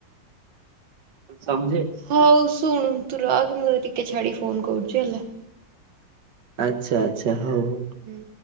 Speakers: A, on the right; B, on the right.
A: ସମ୍ ଝେ।
B: ହଉ ଶୁଣୁ ତୁ ରଖ୍ ମୁଁ ଟିକେ ଛାଡ଼ିକି ଫୋନ୍ କରୁଛି ହେଲା।
A: ଆଚ୍ଛା ଆଚ୍ଛା ହଉ ହଉ।
B: ହୁଁ।